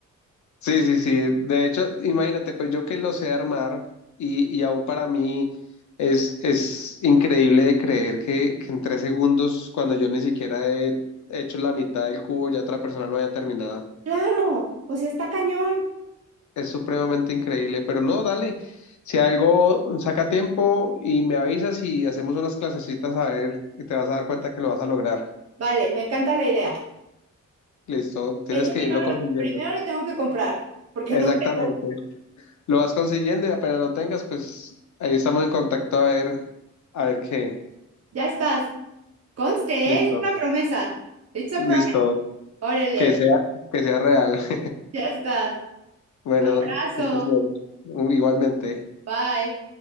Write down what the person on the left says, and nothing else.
Sí, sí, sí. De hecho, imagínate, pues yo que lo sé armar y, y aún para mí es, es increíble de creer que, que en tres segundos, cuando yo ni siquiera he hecho la mitad del cubo, ya otra persona lo haya terminado.
Es supremamente increíble, pero no, dale. Si algo saca tiempo y me avisas y hacemos unas clasecitas a ver y te vas a dar cuenta que lo vas a lograr.
Listo, tienes
que
irlo consiguiendo.
Exactamente.
lo vas consiguiendo y apenas lo tengas, pues ahí estamos en contacto a ver, a ver qué.
Listo,
listo.
Que sea, que sea real. <laughs>
Bueno,
que estés bien. Igualmente.